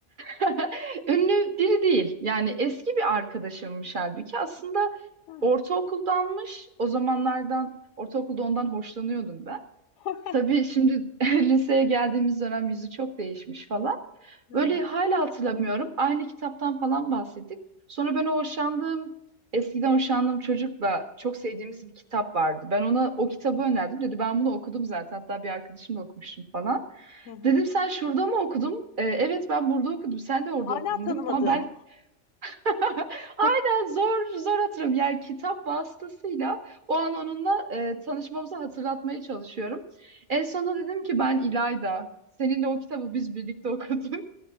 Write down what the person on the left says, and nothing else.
Ha.
<laughs>
Hı
hı.
Hı hı.
Hala
tanımadığın.
<laughs>